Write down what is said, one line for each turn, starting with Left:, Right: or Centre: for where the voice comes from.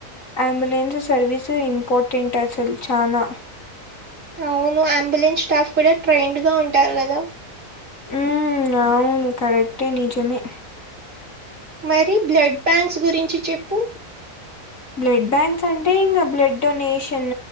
Left: అంబులెన్స్ సర్వీసు ఇంపార్టెంట్ అసలు చాలా
Right: అవును అంబులెన్స్ స్టాఫ్ కూడా ట్రైన్డ్ గా ఉంటారు గదా
Left: ఊమ్ అవును కరెక్టే నిజమే
Right: మరి బ్లడ్ బ్యాంక్స్ గురించి చెప్పు
Left: బ్లడ్ బ్యాంక్స్ అంటే ఇంగా బ్లడ్ డొనేషన్